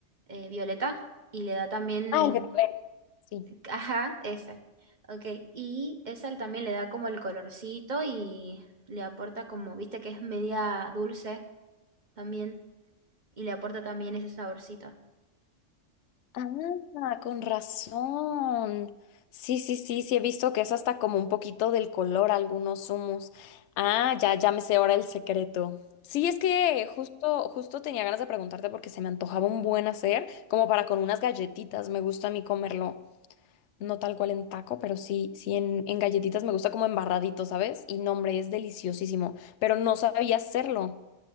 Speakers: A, on the right (about 35°); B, on the left (about 70°).
A: eh, violeta y le da también,
B: Ah, el que Sí.
A: <laughs> ajá, esa. Ok, y esa también le da como el colorcito y le aporta como, viste que es media dulce también y le aporta también ese saborcito.
B: Ah, con razón. Sí, sí, sí, sí, he visto que es hasta como un poquito del color algunos humos. Ah, ya, ya me sé ahora el secreto. Sí, es que justo, justo tenía ganas de preguntarte porque se me antojaba un buen hacer, como para con unas galletitas. Me gusta a mí comerlo. No tal cual en taco, pero sí, sí en, en galletitas me gusta como embarradito, ¿sabes? Y no, hombre, es deliciosísimo, pero no sabía hacerlo.